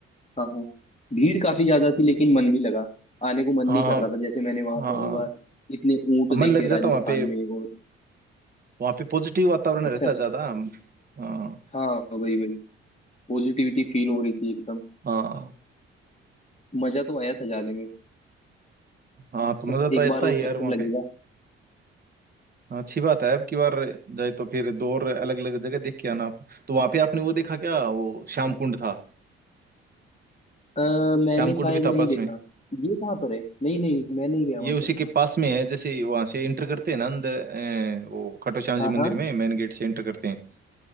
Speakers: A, on the left (about 20°); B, on the right (about 30°).
A: हाँ हाँ भीड़ काफी ज्यादा थी लेकिन मन भी लगा आने को मन
B: हाँ
A: नहीं कर रहा था जैसे मैंने वहां
B: हाँ
A: पहली बार इतने ऊंट
B: मन
A: देखे
B: लग जाता
A: राजस्थान
B: वहाँ पे
A: में और
B: वहाँ पे पॉजिटिव वातावरण रहता
A: अच्छा अच्छा
B: है ज्यादा हाँ
A: हाँ वही वही पॉजिटिविटी फील हो रही थी एकदम
B: हाँ
A: मजा तो आया था जाने में
B: हाँ तो मजा
A: बस
B: तो
A: एक
B: आता
A: बार और
B: है यार
A: चक्कर
B: वहाँ
A: लगेगा
B: पे हाँ अच्छी बात है अब की बार जाए तो फिर दो और अलग अलग जगह देख के आना आप तो वहाँ पे आपने वो देखा क्या वो श्याम कुंड था
A: आ, मैंने
B: श्याम
A: शायद
B: कुंड भी था
A: नहीं
B: पास
A: देखा
B: में
A: ये कहाँ पर है नहीं नहीं मैं नहीं गया
B: ये
A: वहां
B: उसी
A: पर
B: के पास में है जैसे वहाँ से एंटर करते हैं ना अंदर अ, वो खट्टू श्याम जी
A: हाँ
B: मंदिर
A: हाँ
B: में मेन गेट से एंटर करते हैं